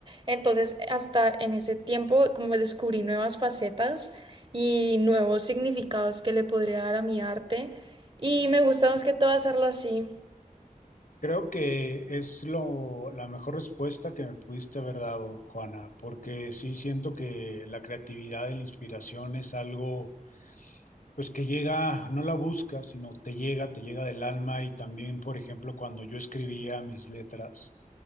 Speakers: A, on the right (about 35°); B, on the left (about 70°).
A: entonces hasta en ese tiempo como descubrí nuevas facetas y nuevos significados que le podría dar a mi arte, y me gusta más que todo hacerlo así.
B: Creo que es lo, la mejor respuesta que me pudiste haber dado, Juana, porque sí siento que la creatividad y la inspiración es algo Pues que llega, no la busca, sino te llega, te llega del alma y también, por ejemplo, cuando yo escribía mis letras,